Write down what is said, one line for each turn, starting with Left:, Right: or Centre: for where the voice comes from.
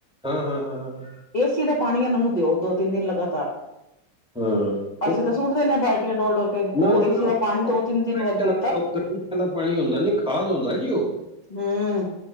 Centre: ਹਾਂ ਹਾਂ ਹਾਂ,
Left: ਏਸੀ ਦਾ ਪਾਣੀ ਇਹਨਾਂ ਨੂੰ ਦਿਓ ਦੋ-ਤਿੰਨ ਦਿਨ ਲਗਾਤਾਰ।
Centre: ਹਾਂ
Left: ਅਸੀਂ
Centre: ਉਹ
Left: ਤਾਂ ਸੁੱਟ ਦਿੰਦੇ ਹਾਂ ਬਾਲਟੀਆਂ ਡੋਲ-ਡੋਲ ਕੇ।
Centre: ਨਾ
Left: ਉਹ
Centre: ਨਾ
Left: ਏਸੀ ਦਾ ਪਾਣੀ
Centre: ਉਹ
Left: ਦੋ ਤਿੰਨ
Centre: ਕਰੰਟ
Left: ਤਿੰਨ ਵਰ
Centre: ਵਾਲਾ
Left: ਗੀ
Centre: ਉਹ ਕਿਆ ਦਾ ਪਾਣੀ ਹੁੰਦਾ ਨੀ, ਖਾਦ ਹੁੰਦਾ ਜੀ ਉਹ
Left: ਹੂੰ